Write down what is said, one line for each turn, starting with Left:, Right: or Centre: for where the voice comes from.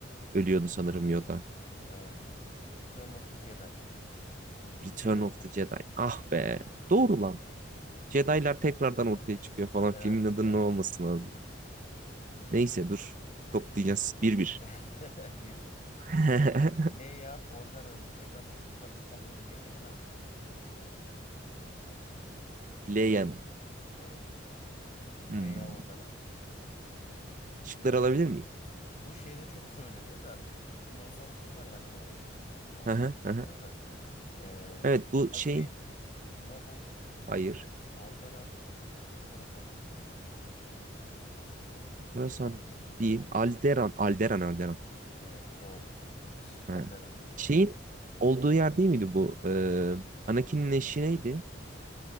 Right: ölüyordu sanırım Yoda.
Left: Evet. Return of the Jedi.
Right: Return
Left: Jedi'nin
Right: of
Left: dönüşü.
Right: the Jedi. Ah be. Doğru lan. Jedi'lar tekrardan ortaya çıkıyor falan.
Left: Evet,
Right: Filmin adının
Left: evet.
Right: ne olması lazım. Neyse dur. Toplayacağız. Bir bir.
Left: <laughs> Bir bir.
Right: <laughs>
Left: Evet. Leia Organa'nın evlan- evlatlık alındığı gezegen hangisidir?
Right: Leia'nın.
Left: Evet. Leia
Right: Hmm.
Left: Organa.
Right: Işıkları alabilir miyim?
Left: Bu şeyde çok söyleniyor da Klon Savaşları var ya anime olan. Orada
Right: Hı hı,
Left: çok geçiyor
Right: hı hı.
Left: da. Ee,
Right: Evet bu
Left: Tatooine,
Right: şeyin.
Left: Naboo,
Right: Hayır.
Left: Alderaan, Coruscant.
Right: Burası değil. Alderan. Alderan. Alderan.
Left: Evet doğru.
Right: Ha.
Left: Alderaan.
Right: Şeyin olduğu yer değil miydi bu? Ee, Anakin'in eşi neydi?